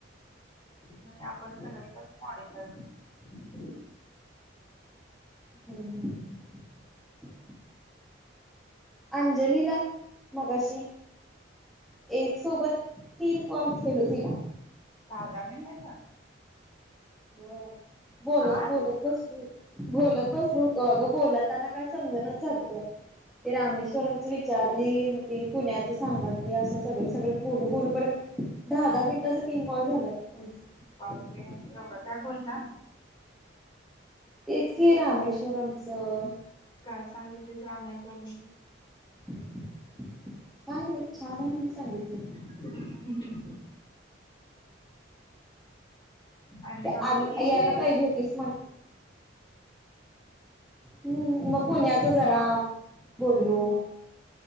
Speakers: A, on the left (about 25°); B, in the centre.
A: नाही आपण कराल तसं मॉडीफाय होतं.
B: हम्म हम्म अंजलीला मगाशी एक सोबत तीन कॉल केलो तिला.
A: दहा दहा मिनिटांचा.
B: होय बोलत
A: आ
B: बोलत बसलोत. बोलत बसलो होतो अगं बोलताना काय समजणाच झालत. ते रामेश्वरंमच विचारली ते पुण्याच सांगातले असं सगळ सगळं बोलू बोलूपर्यंत दहा दहा मिनिटाचे तीन कॉल झालं आमच.
A: बापरे येवढ काय बोलला?
B: तेच की रामेश्वरमचं.
A: काय सांगितलीस रामेश्वरम्.
B: काही नाही छान आहे म्हणून सांगितलं.
A: ह <unintelligible> आणि एवढं
B: आली
A: तीस
B: यायला
A: मिनिट
B: पाहिजे होतीच म्ह हम्म मग पुण्याच जरा.
A: मग
B: बोलो.